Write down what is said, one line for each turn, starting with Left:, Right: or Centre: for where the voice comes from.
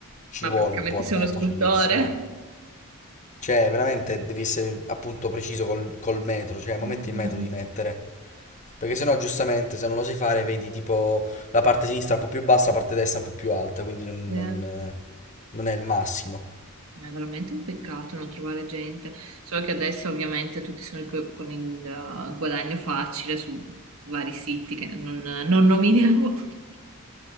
Left: ci
Right: praticamente
Left: vuole un po',
Right: sei
Left: non
Right: uno
Left: è
Right: scultore.
Left: facilissimo. Cioè, veramente devi essere appunto preciso col, col metro, cioè al momento
Right: Mm,
Left: il metro di mettere. Perché sennò giustamente se non lo sai fare vedi tipo la parte sinistra un po' più bassa, la parte destra un po' più alta, quindi non,
Right: sì.
Left: non, eh, non è il massimo.
Right: Ma È veramente un peccato non trovare gente. Solo che adesso ovviamente tutti sono co- con il eh, guadagno facile su vari siti che non, non nominiamo. <laughs>